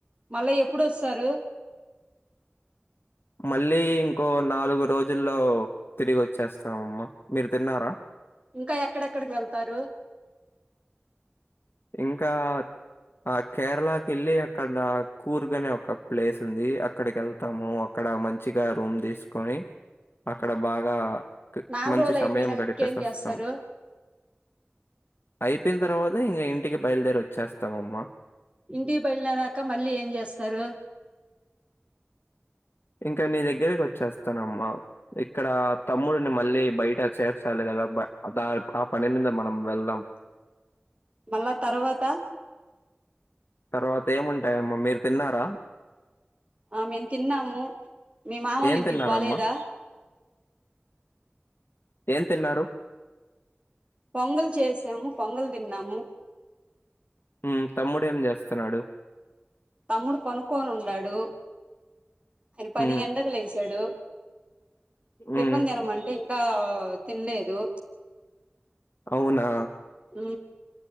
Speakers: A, on the right; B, on the left.
A: మళ్ళ ఎప్పుడస్తారు
B: మళ్ళీ ఇంకో నాలుగు రోజుల్లో తిరిగి వచ్చేస్తామ్మ మీరు తిన్నారా
A: ఇంకా ఎక్కడెక్కడికి వెళ్తారు
B: ఇంకా ఆ కేరళకి వెళ్ళి అక్కడ కూర్గ అనే ఒక ప్లేస్ ఉంది అక్కడికి వెళ్తాము అక అక్కడ మంచిగా రూమ్ తీసుకొని అక్కడ బాగా కి
A: నాలుగు
B: మంచి
A: రోజులు
B: సమయం
A: అయిపోయినాక
B: గడిపేసి
A: ఇంకేం
B: వస్తాం.
A: చేస్తారు
B: అయిపోయిన తర్వాత ఇక ఇంటికి బయలుదేరి వచ్చేస్తామమ్మా
A: ఇంటికి బయలుదేరక మళ్ళీ ఏం చేస్తారు
B: ఇంకా నీ దగ్గరకి వచ్చేస్తానమ్మా ఇక్కడ తమ్ముడిని మళ్ళీ బయట చేర్చాలి గా రబ్బ దా ఆ పని మీద మనం వెళ్దం.
A: మళ్ళ తర్వాత
B: తర్వాత ఏముంటాయమ్మ మీరు తిన్నారా
A: ఆ మేము తిన్నాము మీ మామోళ్ల
B: ఏం
A: ఇంటికి
B: తిన్నారమ్మా?
A: పోలేదా
B: ఏం తిన్నారు
A: పొంగలు చేసాము పొంగలు తిన్నాము.
B: ఉ తమ్ముడు ఏం చేస్తున్నాడు.
A: తమ్ముడు పనుక్కొని ఉన్నాడు ఆయన పది
B: హ్మ్.
A: గంటలకు లేస్ తడు
B: హ్మ్.
A: టిఫిన్ తిన మంటే ఇంకా తినలేదు.
B: అవునా
A: ఊ